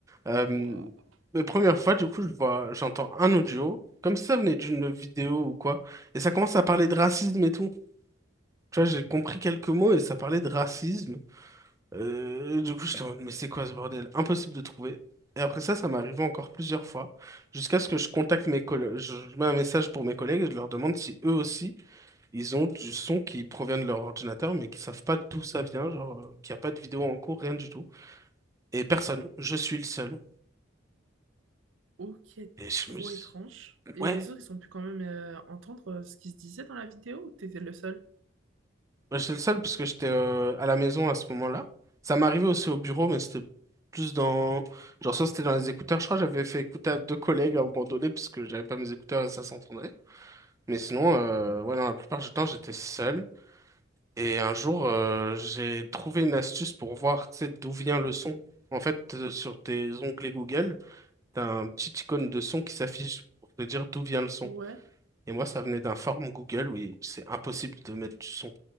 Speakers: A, on the right (about 15°); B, on the right (about 80°).
A: Euh,
B: Waouh.
A: la première fois, du coup, je vois, j'entends un audio, comme si ça venait d'une vidéo ou quoi, et ça commence à parler de racisme et tout. Tu vois, j'ai compris quelques mots et ça parlait de racisme. Euh, du coup, je me mais c'est quoi ce bordel? Impossible de trouver. Et après ça, ça m'est arrivé encore plusieurs fois, jusqu'à ce que je contacte mes collègues, je je mets un message pour mes collègues et je leur demande si eux aussi ils ont du son qui provient de leur ordinateur, mais qui savent pas d'où ça vient, genre, euh, qu'il n'y a pas de vidéo en cours, rien du tout. Et personne, je suis le seul.
B: Ok,
A: Et je
B: trop
A: me dis,
B: étrange. Et
A: ouais,
B: les autres, ils ont pu quand même euh, entendre euh, ce qui se disait dans la vidéo ou t'étais le seul?
A: ouais, j'étais le seul parce que j'étais euh, à la maison à ce moment-là. Ça m'arrivait aussi au bureau, mais c'était plus dans. Genre, soit c'était dans les écouteurs, je crois que j'avais fait écouter à deux collègues à un moment donné, parce que j'avais pas mes écouteurs et ça s'entendait. Mais sinon, euh, ouais, non, la plupart du temps, j'étais seul. Et un jour, euh, j'ai trouvé une astuce pour voir, tu sais, d'où vient le son. En fait, euh, sur tes onglets Google, t'as un petit icône de son qui s'affiche pour te dire d'où vient le son.
B: Ouais.
A: Et moi, ça venait d'un form Google où il- c'est impossible de mettre du son